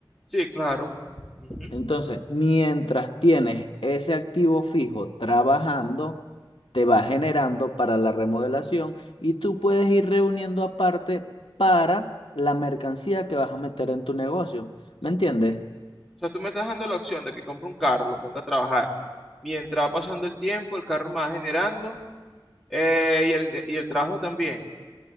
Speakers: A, in the centre; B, on the left.
A: Sí, claro. Ujú.
B: Entonces, mientras tienes ese activo fijo trabajando, te va generando para la remodelación y tú puedes ir reuniendo aparte para la mercancía que vas a meter en tu negocio. ¿Me entiendes?
A: O sea, tú me estás dando la opción de que compre un carro, lo ponga a trabajar. Mientras va pasando el tiempo, el carro me va generando eh, y el, y el trabajo también.